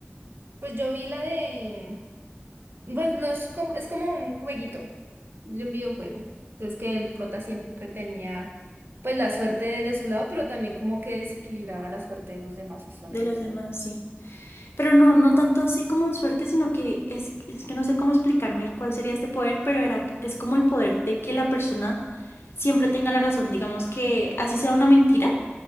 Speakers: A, on the right; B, on the left.
A: Pues yo vi la de, mm, pues no es como, es como un jueguito, de un videojuego. Entonces que el prota siempre tenía pues la suerte de, de su lado, pero también como que desequilibraba la suerte de los demás a su alrededor.
B: de los demás, sí. Pero no, no tanto así como suerte, sino que es, es que no sé cómo explicarme cuál sería este poder, pero era, es como el poder de que la persona siempre tenga la razón, digamos que así sea una mentira.